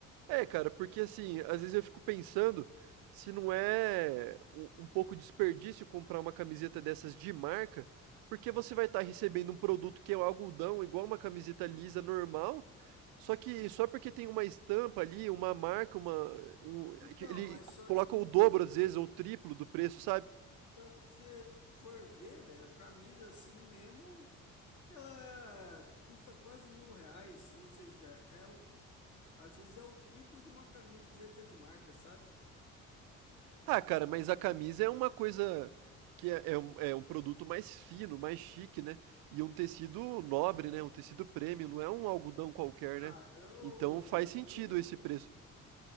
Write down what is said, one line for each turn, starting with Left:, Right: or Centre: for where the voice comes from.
Right: É, cara, porque assim, às vezes eu fico pensando se não é um, um pouco desperdício comprar uma camiseta dessas de marca, porque você vai estar recebendo um produto que é um algodão, igual uma camiseta lisa normal, só que só porque tem uma estampa ali, uma marca, uma, um-
Left: Então,
Right: ele
Left: mas só
Right: coloca
Left: que
Right: o dobro às vezes, ou o triplo do preço, sabe?
Left: só que você for ver, velho, a camisa assim mesmo, ela custa quase mil reais, ou seja, é o, às vezes é o triplo de uma camiseta de marca, sabe?
Right: Ah, cara, mas a camisa é uma coisa que é, é um, é um produto mais fino, mais chique, né? E um tecido nobre, né? Um tecido premium, não é um algodão qualquer, né?
Left: Ah, eu
Right: Então faz sentido
Left: eu não
Right: esse preço.